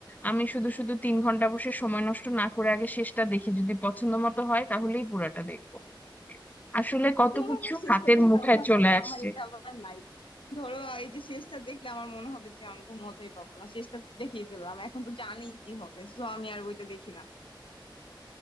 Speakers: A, on the left (about 20°); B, on the left (about 85°).
A: আমি শুধু শুধু তিন ঘন্টা বসে সময় নষ্ট না করে আগে শেষটা দেখি যদি পছন্দ মতো হয় তাহলেই পুরোটা দেখবো আসলে কত
B: তোমার
A: কিছু
B: আমার শেষটা
A: হাতের
B: দেখার
A: মুঠায়
B: অভ্যাস
A: চলে
B: আছে
A: আসছে
B: আমার এটা আবার নাই ধরো এই যে শেষটা দেখলে আমার মনে হবে যে আমি তো মজাই পাবো না শেষটা দেখিয়ে ফেললাম এখন তো জানি কি হবে তো আমি আর ওইটা দেখি না